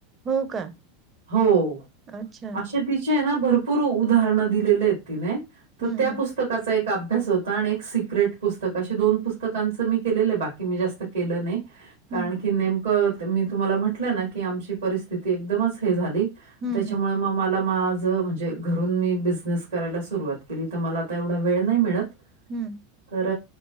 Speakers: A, on the right; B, on the right.
A: हो का <unintelligible>
B: हो
A: अच्छा.
B: असे तिचे आहे ना भरपूर उदाहरण दिलेले आहेत तिने <unintelligible> तर
A: हं,
B: त्या
A: हं,
B: पुस्तकाचा एक अभ्यास होता <unintelligible> आणि एक सिक्रेट पुस्तक अे दोन पुस्तकांचं मी केलेलं आहे बाकी मी जास्त केलं नाही <unintelligible> कारण
A: हं,
B: की नेमक मी तुम्हाला म्हटलं ना की आमची परिस्थिती एकदमच हे झाली
A: हं,
B: <unintelligible> त्याच्यामुळे
A: हं,
B: म म <unintelligible> झ म्हणजे घरून मी बिझनेस करायला सुरुवात केली तर मला आता एवढा वेळ नाही मिळत
A: हं.
B: <unintelligible> तर